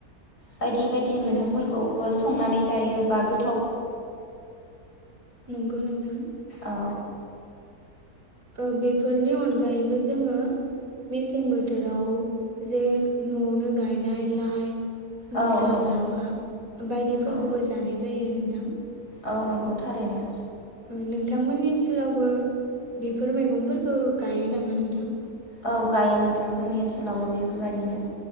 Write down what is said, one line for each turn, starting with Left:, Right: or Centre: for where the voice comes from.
Left: बायदि बायदि मैगंफोरखौ संनानै जायो बा गो
Right: नंगौ नोंथां
Left: औ
Right: ओ बेफोरनि अनगायैबो जोङो मेसें बोथोराव जे न'आवनो गायनाय लाइ मुला
Left: औ औ नंगौ
Right: लाफा बायदिफोरखौबो
Left: औ
Right: जानाय जायो थां
Left: औ नंगौ थारैनो
Right: ओ नोंथांमोननि ओनसोलावबो बेफोर मैगंफोरखौ गायो नामा नोंथां
Left: औ गायो नोंथां जोंनि ओनसोलावबो बेफोरबायदिनो